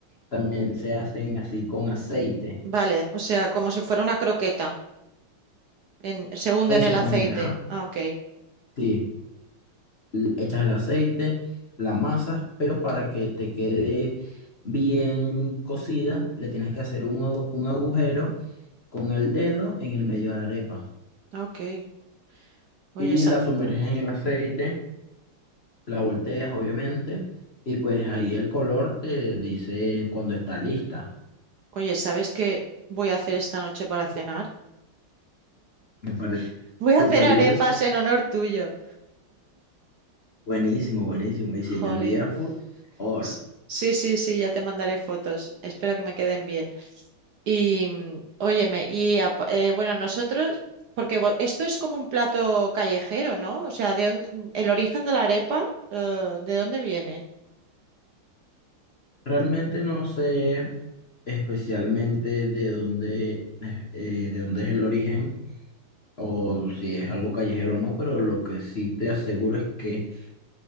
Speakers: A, on the left; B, on the right.
A: también se hacen así con aceite.
B: Vale, o sea, como si fuera una croqueta. en- se hunde
A: Exactamente,
B: en el aceite.
A: ajá.
B: Ah, ok.
A: Sí, L- echas el aceite, la masa, pero
B: Ok,
A: para que te quede bien cocida, le tienes que hacer un, agu- un agujero con el dedo en el medio de la arepa.
B: ok. Oye,
A: Y
B: sa-
A: la sumerges en el aceite, la volteas obviamente, y pues ahí el color te dice cuando está lista.
B: oye, ¿sabes qué voy a hacer esta noche para cenar?
A: Me parece
B: <laughs> Voy a
A: súper
B: hacer arepas
A: bien,
B: en honor tuyo.
A: buenísimo, buenísimo. Y si
B: Jolín.
A: me envías foto, mejor.
B: S- Sí, sí, sí, ya te mandaré fotos. Espero que me queden bien. Y mm, óyeme, y ap- eh, bueno, nosotros, porque vo- esto es como un plato callejero, ¿no? O sea, ¿de dónde- el origen de la arepa, eh, ¿de dónde viene?
A: Realmente no sé especialmente de dónde, es- eh, de dónde es el origen o si es algo callejero o no, pero lo que sí te aseguro es que